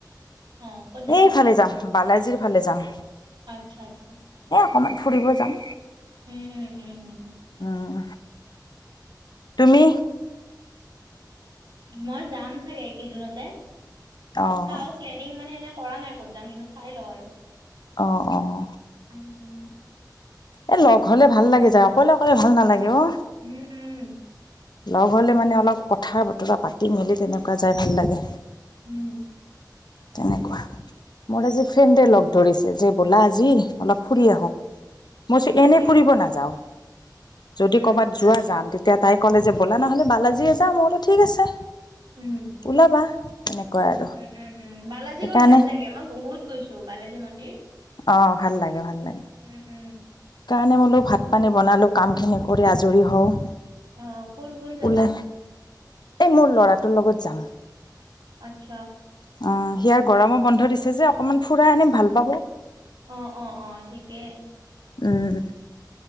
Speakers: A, on the right; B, on the left.
A: অঁ কত যাবা?
B: এইফালে যাম বালাজীৰ ফালে যাম।
A: আচ্ছা আচ্ছা।
B: অকমান ফুুৰিব যাম।
A: উম উম উম উম।
B: উম, তুমি?
A: মই যাম চাগে এইকেইদিনতে
B: অঁ
A: চাও প্লেনিং মানে এনে। কৰা নাই ক'ত যাম কিন্তু চাই লওঁ আৰু।
B: অঁ অহ।
A: উম, উম,
B: এ লগ হলে ভাল লাগে যায় অকলে অকলে ভাল নালাগে অ।
A: উম, উম,
B: লগ হ'লে মানে অলপ কথা বতৰা পাতি মেলি তেনেকুৱা যাই ভাল লাগে।
A: উম,
B: তেনেকুৱা, মোৰ আজি ফ্ৰেণ্ডে লগ ধৰিছে যে ব'লা আজি অলপ ফুৰি আহো। মইচো
A: ঐ বঢ়িয়া।
B: এনেই ফুৰিব নাযাও। যদি
A: উম।
B: কবাত যোৱা যাম তেতিয়া তাই ক'লে যে ব'লা নহ'লে বালাজীয়ে যাম মই বোলো ঠিক আছে।
A: উম,
B: ওলাবা তেনেকুৱা আৰু
A: উম উম উম বালাজী
B: সেইকাৰণে
A: গৈ ভাল লাগে মই বহুত গৈছো বালাজী মন্দিৰ।
B: অ ভাল লাগে ভাল লাগে।
A: উম, উম,
B: সেইকাৰণে বোলো ভাত পানী বনালো কাম খিনি কৰি আজৰি হওঁ।
A: অ কোন কোন যাবা?
B: ওলাই এই মোৰ ল'ৰাটোৰ লগত যাম।
A: আচ্ছা।
B: অ', হিয়াৰ গৰমো বন্ধ দিছে যে অকমান ফুৰাই আনিম ভাল পাব।
A: অ', অ', অ'ঠিকেই।
B: উম।